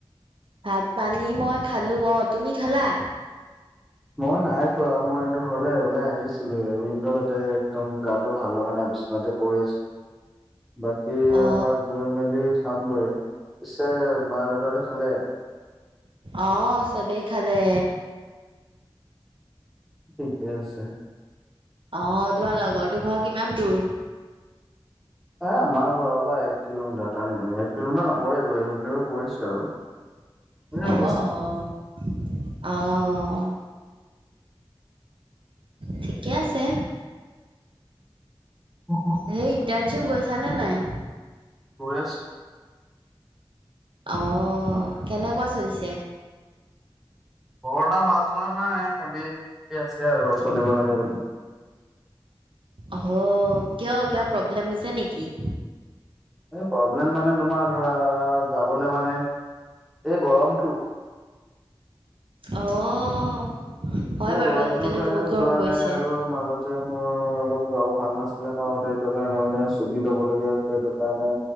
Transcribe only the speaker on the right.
ভাত পানী মই খালো অ' তুমি খালা?
অ
অ' চবেই খালে।
অ' তোমাৰ লগৰটো ঘৰ কিমান দূৰ?
অ'
অ' আহ। ঠিকে আছে।
সেই ইণ্টাৰ্ণশ্বিপ গৈছানে নাই?
অ' কেনেকুৱা চলিছে?
অঁ, কিয় কিবা প্ৰব্লেম হৈছে নেকি?
অঁ, হয়
বাৰু
আজিকালি
বহুত গৰম
পৰিছে।